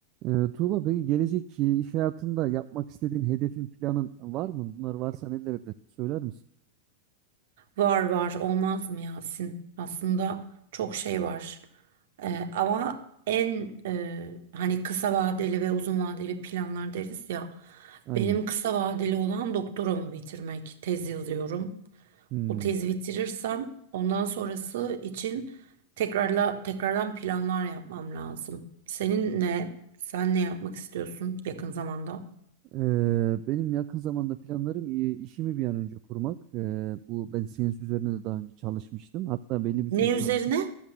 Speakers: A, on the right; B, on the right.
A: Ee, Tuğba peki gelecek e, iş hayatında yapmak istediğin hedefin planın var mı? Bunlar varsa nelerdir? Söyler misin?
B: Var var olmaz mı Yasin? Aslında çok şey var. Ee, ama en e, hani kısa vadeli ve uzun vadeli planlar deriz ya.
A: Aynen.
B: Benim kısa vadeli olan doktoramı bitirmek. Tez yazıyorum.
A: Hmm.
B: O tezi bitirirsem ondan sonrası için tekrarla tekrardan planlar yapmam lazım. Senin ne? Sen ne yapmak istiyorsun yakın zamanda?
A: Ee, benim yakın zamanda planlarım e, işimi bir an önce kurmak. Ee, bu ben CNC üzerine de daha önce çalışmıştım. Hatta belli bir
B: Ne
A: süre çalıştım.
B: üzerine?